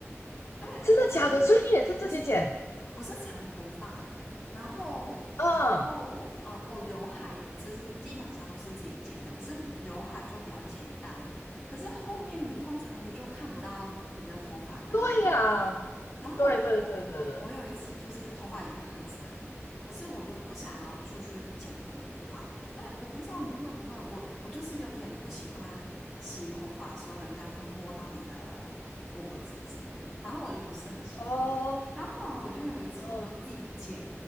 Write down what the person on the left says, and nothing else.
真的假的？所以你也是自己剪？
嗯，
对呀，
对对对对对，
哦，
嗯，